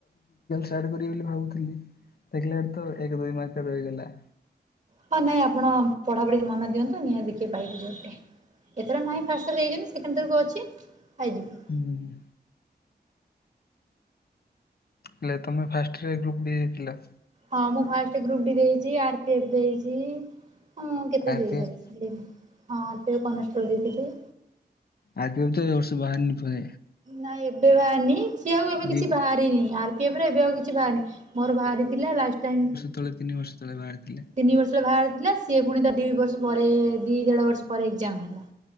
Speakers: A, on the left; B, on the right.
A: କରିବ ବୋଲି ଭାବୁଥିଲି ଦେଖିଲ ତ ଏକ ଦୁଇ ମାସ ରହିଗଲା
B: ହଁ ନାଇଁ ଆପଣ ପଢାପଢି ମନ ଦିଅନ୍ତୁ ନିହାତି ଦେଖି ପାଇବେେ ଯୋଟେ ଏଥର ନାହିଁ ଫାଷ୍ଟରେ ଦେଇଛନ୍ତି ସେକେଣ୍ଡରକୁ ଅଛି ଖାଇଯିବେ
A: ହୁଁ ହେଲେ ତୁମେ ଫାଷ୍ଟରେ ଗ୍ରୁପ୍ ଡି ଦେଇାଇଥିଲ
B: ହଁ ମୁଁ ଫାଷ୍ଟ ଗ୍ରପ ଦେଇଛି ଆର ପିଫ ଦେଇଛି ହଁ ମୁଁ କେତେ
A: ଆର୍
B: ଦେଇଗଲିି
A: ପି ଏଫ୍
B: ହଁ ଟ କ ନଷ୍ଟ ଦେଇଥିଲ
A: ଆଗ ବି ତ ଏ ବର୍ଷ ବାହାରି ପ
B: ନାଇଁ ଏବେ ବାହାରନି ସିଏ ଆଉ ଏବେ କିଛି
A: ଦି
B: ବାହାରିିନି ଆର୍ ପି ପରେ ଏବେ ଆଉ କିଛି ବାହାରି ମୋର ବାହାରି ଥିଲା ଲାଷ୍ଟ ଟାଇ
A: ତତଳେ ତିନି ବର୍ଷ ତଳେ ବାହାର ଥିଲା
B: ତିନି ବର୍ଷ ହେ ବାହାର ଥିଲା ସିଏ ପୁଣି ତା ଦୁଇ ବର୍ଷ ପରେ ଦୁଇ ଦେଢ଼ ବର୍ଷ ପରେ ଏକ୍ଜାମ ହେଲା